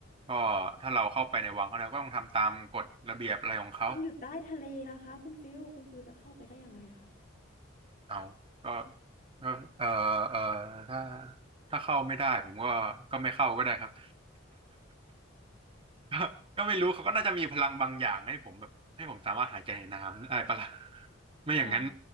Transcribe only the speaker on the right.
ก็ถ้าเราเข้าไปในวังเขาเราก็ต้องทำตามกฎระเบียบอะไรของเขา
เอาก็ก็เออเออถ้าถ้าเข้าไม่ได้ผมก็ก็ไม่เข้าก็ได้ครับ <laughs> ก็ก็ไม่รู้เขาก็น่าจะมีพลังบางอย่างให้ผมแบบให้ผมสามารถหายใจในน้ำอะไรปะล่ะไม่อย่างนั้น